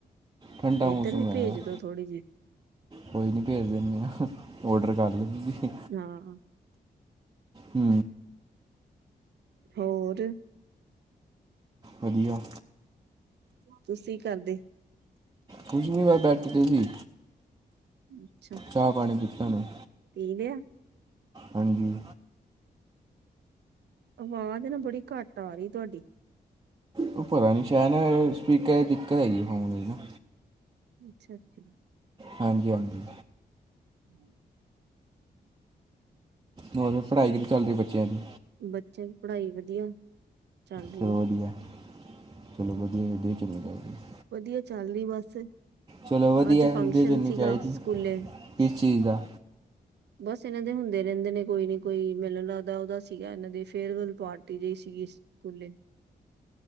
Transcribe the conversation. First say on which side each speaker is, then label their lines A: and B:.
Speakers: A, on the right; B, on the right.
A: ਠੰਡਾ
B: ਏਧਰ
A: ਮੌਸਮ
B: ਵੀ
A: ਹੈ।
B: ਭੇਜ ਦੋ ਥੋੜ੍ਹੀ ਜਿਹੀ
A: ਕੋਈ ਨਹੀਂ ਭੇਜ ਦਿੰਦੇ ਹਾਂ। ਔਡਰ ਕਰ ਲੈਂ ਤੁਸੀਂ
B: ਹਾਂ
A: ਹੁ।
B: ਹੋਰ।
A: ਵਧੀਆ।
B: ਤੁਸੀਂ ਕੀ ਕਰਦੇ।
A: ਕੁਛ ਨਹੀਂ ਵ ਬੈਠੇ ਦੇ ਸੀ
B: ਅਛਾ
A: ਚਾਹ ਪਾਣੀ ਪੀਤਾ ਨੂੰ
B: ਪੀ ਲਿਆ-
A: ਹਾਂਜੀ-
B: ਆਵਾਜ਼ ਨਾ ਬੜੀ ਘੱਟ ਆ ਰਹੀ ਤੁਹਾਡੀ-
A: ਉਹ ਪਤਾ ਨੀ ਸ਼ਾਇਦ ਸਪੀਕਰ ਦਿੱਕਤ ਹੈਗੀ ਫੋਨ ਦੀ ਨਾ
B: ਅਛਾ- ਅਛਾ।
A: ਹਾਂਜੀ- ਹਾਂਜੀ।
B: ਹੁ <inaudible> <inaudible>
A: ਹੋਰ ਫੇਰ ਪੜ੍ਹਾਈ ਕਿਵੇ ਚੱਲਦੀ ਬੱਚਿਆਂ ਦੀ
B: ਬੱਚਿਆਂ ਦੀ ਪੜ੍ਹਾਈ ਵਧੀਆ- ਚੱਲ ਰਹੀ
A: ਚਲੋ
B: ਹੈ
A: ਵਧੀਆ ਚਲੋ ਵਧੀਆ ਵਧੀਆ ਹੀ ਚਲਨੀ ਚਾਹੀਦੀ-
B: ਵਧੀਆ ਚੱਲ ਰਹੀ ਬਸ
A: ਚਲੋ ਵਧੀਆ
B: ਅਜ ਫੰਗਸ਼ਨ
A: ਵਧੀਆ ਚੱਲਣੀ
B: ਸੀਗਾ
A: ਚਾਹੀਦੀ
B: ਸਕੂਲੇ
A: ਕਿਸ ਚੀਜ਼ ਦਾ
B: ਬਸ ਇਹਨਾਂ ਦੇ ਹੁੰਦੇ ਰਹਿਦੇ ਨੇ ਕੋਈ ਨੀ ਕੋਈ ਮੈਨੂੰ ਲੱਗਦਾ ਉਹਦਾ ਸੀਗਾ ਇਹਨਾਂ ਦੀ ਫੇਅਰਵੈਲ ਪਾਰਟੀ ਜਿਹੀ ਸੀਗੀ ਸਕੂਲੇ-